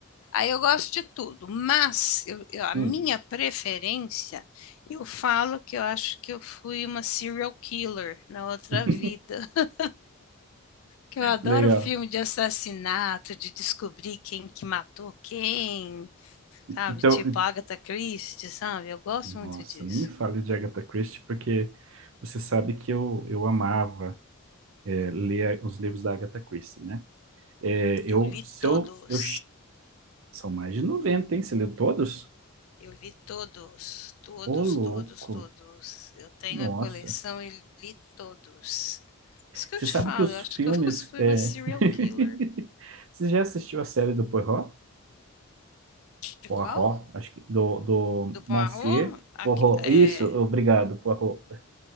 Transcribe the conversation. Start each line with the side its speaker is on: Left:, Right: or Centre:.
Left: Aí eu gosto de tudo, mas eu- eu- a
Right: Hum.
Left: minha preferência, eu falo que eu acho que eu fui uma serial killer na outra
Right: <laughs>
Left: vida. <laughs> Que eu adoro
Right: Legal.
Left: filme de assassinato, de descobrir quem que matou quem, sabe?
Right: Então,
Left: Tipo Agatha Christie, sabe? Eu gosto
Right: nossa,
Left: muito disso.
Right: nem me fale de Agatha Christie, porque você sabe que eu, eu amava é, ler os livros da Agatha Christie, né? É, eu,
Left: Eu li
Right: se
Left: todos.
Right: eu, eu, são mais de 90, hein? Você leu todos?
Left: Eu li todos, todos,
Right: Ô, louco.
Left: todos, todos. Eu tenho
Right: Nossa.
Left: a coleção e li todos. Isso que
Right: Você
Left: eu te
Right: sabe
Left: falo,
Right: que os
Left: eu acho
Right: filmes.
Left: que eu <laughs> fui
Right: é,
Left: uma serial
Right: <laughs>
Left: killer.
Right: Você já assistiu a série do Poirot?
Left: De
Right: Poirot,
Left: qual?
Right: acho que. Do, do
Left: Do Poirot?
Right: Monsieur
Left: Aque-
Right: Poirot.
Left: é,
Right: Isso, obrigado, Poirot.